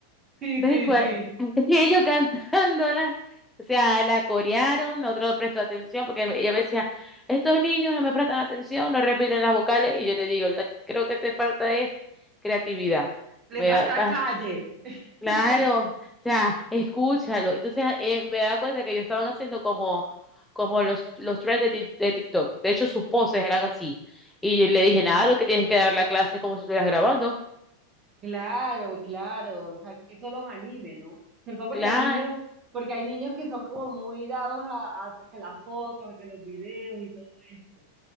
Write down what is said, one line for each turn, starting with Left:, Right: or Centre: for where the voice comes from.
Right: Sí,
Centre: Tal
Right: sí,
Centre: cual.
Right: sí.
Centre: <laughs> Y ellos cantándola. O sea, la corearon, otro no prestó atención, porque ella me decía, estos niños no me prestan atención, no repiten las vocales. Y yo te digo, la- creo que te falta es creatividad.
Right: Le
Centre: Me
Right: falta
Centre: va, vas
Right: calle. <laughs>
Centre: Claro, o sea, escúchalo. Entonces eh, me da cuenta que ellos estaban haciendo como, como los, los trends de, Tik- de TikTok. De hecho, sus poses eran así. Y le dije, nada, lo que tienes es que dar la clase es como si estuvieras grabando.
Right: Claro, claro, o sea, que eso los anime, ¿no? Sobre todo porque
Centre: Claro.
Right: hay niños, porque hay niños que son como muy dados a, a que las fotos, a que los videos y todo esto.